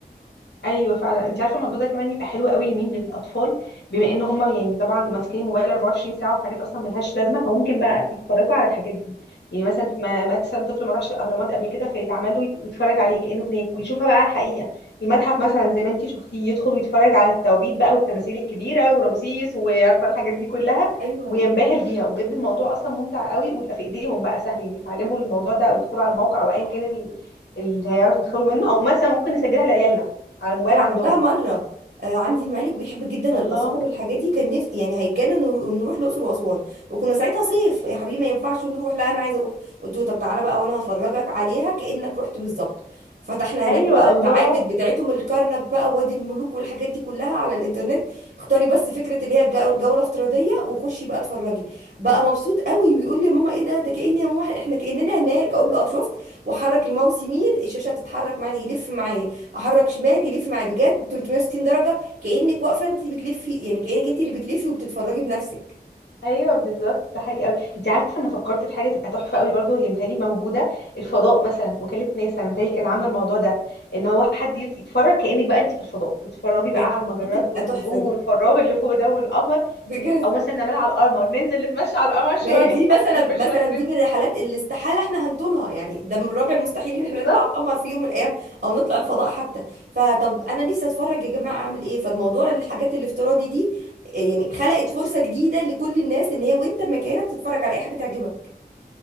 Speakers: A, on the left (about 85°); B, on the right (about 65°).
A: ايوه فعلا انت عارفه الموضوع ده كمان يبقى حلو قوي لمين للاطفال بما ان هم يعني طبعا ماسكين الموبايل 24 ساعه وفي حاجات اصلا ملهاش لازمه فممكن بقى يتفرجوا على الحاجات دي يعني مثلا في- ما مثلا طفل ما راحش الاهرامات قبل كده فيتعمل له يت- ويتفرج عليه كانه هناك ويشوفها بقى على الحقيقه المتحف مثلا زي ما انت شفتيه يدخل ويتفرج على التوابيت بقى والتماثيل الكبيره ورمسيس وعارفه الحاجات دي كلها
B: ايوه
A: وينبهر بيها وبجد الموضوع اصلا ممتع قوي ويبقى في ايديهم بقى سهل يعني يتعلموا الموضوع ده او يدخلوا على الموقع او ايا كان ال- اللي هيعرف يدخلوا منه او مثلا ممكن نسجلها لعيالنا على الموبايل
B: انا
A: عندهم
B: عملتها مره آه، عندي مالك بيحب جدا
A: الله
B: الاثار والحاجات دي كان نفسي يعني هيتجنن ون- ونروح الاقصر واسوان وكنا ساعتها صيف يا حبيبي ما ينفعش نروح لا انا عايزه اروح قلت له طب تعالى بقى وانا هفرجك عليها كانك رحت بالظبط فتحنا هناك
A: ايوه
B: بقى المعابد
A: الله
B: بتاعتهم الكرنك بقى وادي الملوك والحاجات دي كلها على الانترنت اختاري بس فكره اللي هي الجو- جوله افتراضيه وخشي بقى اتفرجي بقى مبسوط قوي ويقول لي يا ماما ايه ده ده كأن يا ماما احنا كأننا هناك اقول له اه شفت وحرك الماوس يمين الشاشه تتحرك معايا يلف معايا احرك شمال يلف معايا بجد 360 درجه كانك واقفه انت بتلفي يعني كانك انت اللي بتلفي وبتتفرجي بنفسك
A: ايوه بالظبط ده حقيقي قوي انت عارفه انا فكرت في حاجه تبقى تحفه قوي برضو هي متهيألي موجوده الفضاء مثلا وكاله ناسا انا متهيألي كانت
B: ايوه
A: عامله الموضوع ده ان هو حد يت- يتفرج كانك بقى انت في الفضاء بتتفرجي
B: بجد
A: بقى على المجرات
B: دي تبقى
A: والنجوم
B: تحفه دي
A: والفراغ اللي فوق ده والقمر
B: بجد
A: او مثلا نعملها على القمر ننزل نتمشى على القمر شويه
B: ما هي دي
A: <laughs>
B: مثلا
A: في الفيرشوال
B: مثلا
A: تريب
B: دي من الرحلات اللي استحاله احنا هنطولها يعني ده من الرابع المستحيل ان احنا
A: بالظبط
B: نطلع القمر في يوم من الايام او نطلع الفضاء حتى فطب انا نفسي اتفرج يا جماعه اعمل ايه فالموضوع الحاجات الافتراضي دي يعني خلقت فرصه جديده لكل الناس ان هي وانت مكانك تتفرج على اي حاجه تعجبك